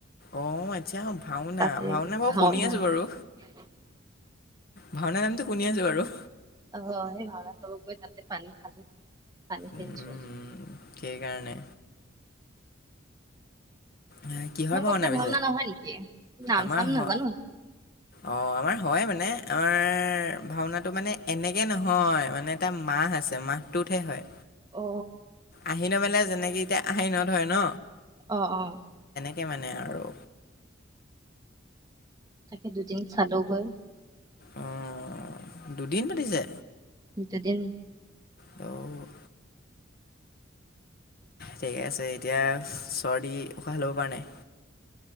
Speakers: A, on the left (about 50°); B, on the right (about 20°).
A: অ', আচ্ছা ভাওঁনা
B: তাতে
A: ভাওঁনা বাৰু
B: ভাওনা
A: শুনি আছোঁ বাৰু। ভাওঁনা নামটো শুনি আছোঁ বাৰু।
B: অ', সেই ভাওঁনা চাব গৈ তাতে পানী খালোঁ। পানী চেঞ্জ
A: উম,
B: হ'ল।
A: সেইকাৰণে এ,
B: তোমালোকৰ
A: কিহৰ ভাওঁনা
B: ফালে
A: পিছে?
B: ভাওনা নহয় নেকি নাম
A: আমাৰ
B: চাম নাজানো
A: হ' অ', আমাৰ হয় মানে আমাৰ ভাওঁনাত মানে এনেকে নহয়। মানে এটা মাহ আছে মাহটোতহে হয়।
B: অ
A: আহিন মেলা যেনেকে এতিয়া আহিনত হয় ন।
B: অ', অ'।
A: কে মানে আৰু।
B: তাকে দুদিন চালোঁগৈ।
A: অ', দুদিন পাতিছে।
B: দুদিন।
A: অ'। ঠিকে আছে। এতিয়া চৰ্দি উশাহ ল'ব পৰা নাই।